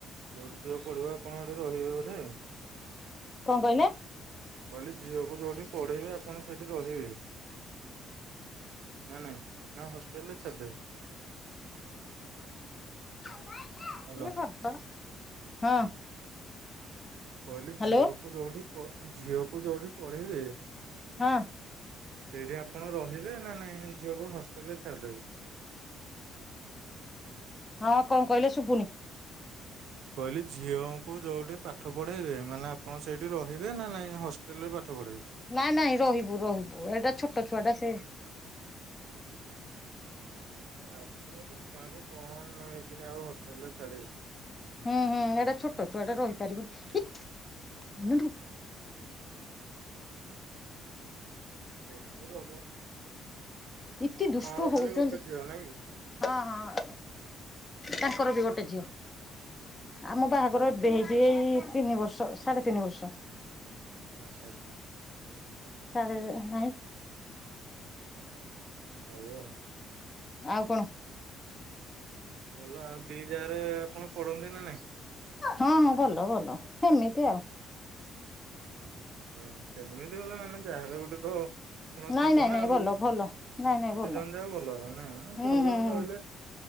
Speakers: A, on the right; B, on the left.
A: ଜଉଠି ସିଏ ପଢିବ ଆପଣ ସେଠି ରହିବେ ବୋଧେ?
B: କଣ କହିଲେ?
A: କହିଲି ଝିଅକୁ ଯୋଉଠି ପଢେଇବେ ଆପଣ ସେଇଠି ରହିବେ? ନା ନାଇଁ ନା ହଷ୍ଟେଲ୍ ରେ ଛାଡ଼ିଦେବେ?
B: ମୋବାଇଲ ଦେ
A: ହାଲୋ
B: ଇଏ ବାବା, ହଁ।
A: କହିଲି
B: ହ୍ୟାଲୋ
A: ଝିଅକୁ ଜୋଉଠି ପ‌ ଝିଅକୁ ଯୋଉଠି ପଢେଇବେ
B: ହଁ।
A: ସେଇଠି ଆପଣ ରହିବେ ନା ନାଇଁ ଝିଅକୁ ହଷ୍ଟେଲ୍ ରେ ଛାଡ଼ିଦେବେ।
B: ହଁ କଣ କହିଲେ ଶୁଭୁନି?
A: କହିଲି ଝିଅଙ୍କୁ ଯୋଉଠି ପାଠ ପଢ଼େଇବେ ମାନେ ଆପଣ ସେଇଠି ରହିବେ ନା ନାଇଁ ହଷ୍ଟେଲ୍ ରେ ପାଠ ପଢ଼ାଇବେ।
B: ନାଇଁ ନାଇଁ ରହିବୁ ରହିବୁ ଏଇଟା ଛୋଟ ଛୁଆ ଟା ସେ‌
A: ତାପରେ ଗୋଟେ ଛୁଆଙ୍କୁ କଣ ନେଇକିନି ଆଉ ହଷ୍ଟେଲରେ ଛାଡ଼ିବି।
B: ହୁଁ ହୁଁ ଏଇଟା ଛୋଟ ଛୁଆଟା ରହିପାରିବନି।
A: <unintelligible> ଆପଣଙ୍କର
B: ଏତେ ଦୁଷ୍ଟ ହଉଛନ୍ତି
A: ଖାଲି ଗୋଟେ ଝିଅ ନାଇଁକି?
B: ହଁ ହଁ ତାଙ୍କର ବି ଗୋଟେ ଝିଅ। ଆମ ବାହାଘର ଏବେ ହେଇଛି ଏଇ ତିନି ବର୍ଷ ସାଢେ ତିନି ବର୍ଷ।
A: ଆଚ୍ଛା ଆଚ୍ଛା।
B: ସାଢେ଼ ନାଇ
A: ହଉ ଆଉ।
B: ଆଉ କଣ?
A: ଭଲ ଆଉ ଦି ଜାରେ ଆପଣ ପଡନ୍ତି ନା ନାଇଁ?
B: ହଁ ହଁ ଭଲ ଭଲ ସେମିତି ଆଉ।
A: ଏ ସେମିତି କଲେ ମାନେ ଯାହା ହେଲେ ଗୋଟେତ କଣ
B: ନାଇଁ
A: ଥିବ
B: ନାଇଁ
A: ନା
B: ନାଇଁ
A: ଆଉ
B: ଭଲ ଭଲ ନାଇଁ ନାଇଁ ଭଲ।
A: ଦି ଜଣ ଯାହା ଭଲର ନା
B: ହୁଁ
A: ଭଲରେ
B: ହୁଁ ହୁଁ
A: ରହିଲେ।